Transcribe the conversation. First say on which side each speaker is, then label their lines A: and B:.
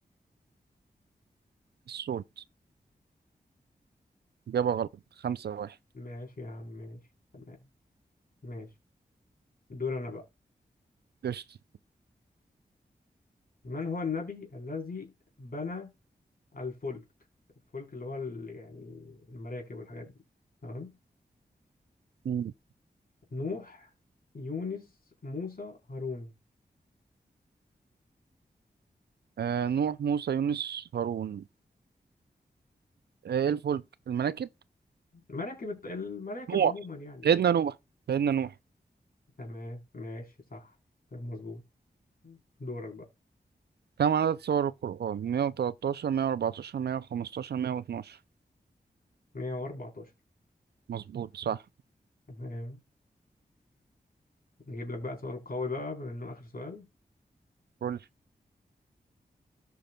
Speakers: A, on the right; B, on the left.
A: الصوت إجابة غلط خمسة واحد
B: ماشي يا عم ماشي تمام ماشي دور انا بقى
A: قشطة
B: من هو النبي الذي بنى الفلك الفلك اللي هو ال- يعني المراكب والحاجات دي تمام
A: مم.
B: نوح يونس موسى هارون
A: آه نوح موسى يونس هارون آه إيه الفلك المراكب
B: مراكب الت- المراكب
A: نوح
B: عموما يعني
A: سيدنا نوح سيدنا نوح
B: تمام ماشي صح تمام مظبوط دورك بقى
A: كم عدد سور القرآن 113 114 115 112
B: 114
A: مظبوط صح
B: تمام نجيب لك بقى سؤال قوي بقى بما انه اخر سؤال
A: كل